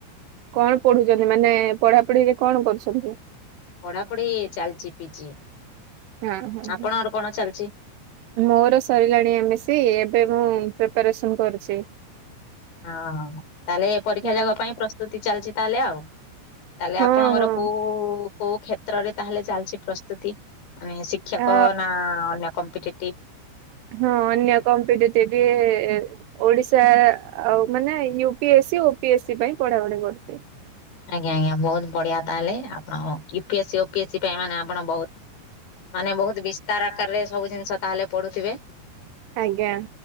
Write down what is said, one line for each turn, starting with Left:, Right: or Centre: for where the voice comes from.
Right: କଣ ପଢୁ ଚନ୍ତି ମାନେ ପଢାପଢିରେ କଣ କରୁଛନ୍ତି?
Left: ପଢା ପଢି ଚାଲିଚି ପିଜି
Right: ହଁ ହଁ
Left: ଆପଣଙ୍କର
Right: ହଁ
Left: କଣ ଚାଲିଛି?
Right: ମୋର ସରିଲାଣି ଏମିସିି ଏବେ ମୁଁ ପ୍ରିପାରେସନ୍ କରୁଛି
Left: ଅ ହଁ ତାହେଲେ ପରୀକ୍ଷା
Right: ହଁ
Left: ଯାଗ ପାଇଁ ପ୍ରସ୍ତୁତି ଚାଲିଛି ତାହେଲେ ଆଉ ତାହେଲେ
Right: ହଁ
Left: ଆପଣଙ୍କର
Right: ହଁ
Left: କୋଉ କୋଉ କ୍ଷେତ୍ରରେ ତାହେଲେ ଚାଲିଛି ପ୍ରସ୍ତୁତି ମାନେ ସି କ୍ଷକ
Right: ଆ
Left: ନା ଅନ୍ୟ କମ୍ପିଟେଟିଭ୍
Right: ହଁ, ଅନ୍ୟ କମ୍ପ୍ୟୁଟିଭ ଓଡିଶା ଆଉ ମାନେ U P S C O P S C ପାଇଁ ପଢା ପଢି କରୁଛି।
Left: ଆଜ୍ଞା, ଆଜ୍ଞା ବହୁତ ବଢିଆ ତାହେଲେ ଆପଣ ୟୁପିଏସ୍, ଓିଏସ୍ ସ ପାଇଁ ମାନେ ଆପଣ ବହୁତ ମାନେ ବହୁତ ବିସ୍ତାର ଆକାରରେ ସବୁ ଜିନିଷ ତା ହେଲେ ପଢୁଥିବେ।
Right: ଆଜ୍ଞା